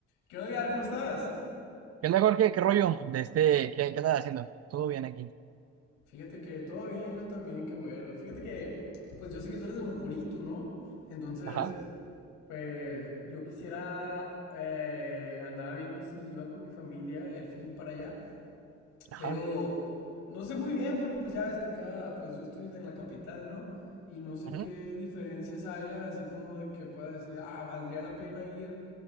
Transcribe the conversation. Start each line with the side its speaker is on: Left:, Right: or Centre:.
Left: ¿Qué onda, Edgar? ¿Cómo estás?
Right: ¿Qué onda, Jorge? ¿Qué rollo? De este, ¿qué, qué andas haciendo? Todo bien aquí.
Left: Fíjate que todo bien, yo también, qué bueno. Fíjate que, pues yo sé que tú eres de Mocorito, ¿no? Entonces,
Right: Ajá,
Left: pues yo quisiera, eh, andaba viendo si iba con mi familia el fin para allá,
Right: ajá,
Left: Pero no sé muy bien porque pues ya ves que acá pues yo estoy en la capital, ¿no? Y no sé
Right: ajá.
Left: qué diferencias haya, así como de que pueda decir, ah, valdría la pena ir